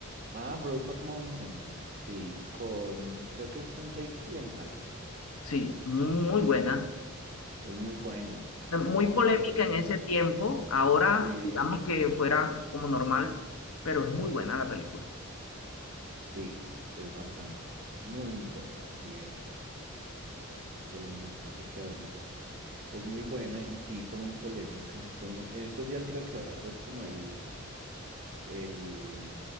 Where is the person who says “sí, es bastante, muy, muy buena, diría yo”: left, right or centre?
Right